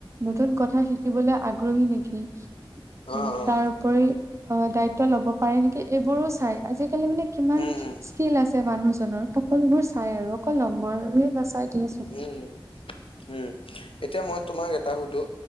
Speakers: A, on the right; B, on the left.
A: নতুন কথা শিক শিকিবলৈ আগ্ৰহী নেকি উম,
B: অ', অ',
A: তাৰোপৰি অ', দায়িত্ব লব পাৰে নেকি এইবোৰো চাই আজিকালি মানে কিমান
B: উম,
A: স্কিল আছে মানুহজনৰ সকলোবোৰ চাই আৰু অকল নম্বৰেই নাচাই। দিয়াচোন।
B: উম, উম। এতিয়া মই তোমাক এটা সুধো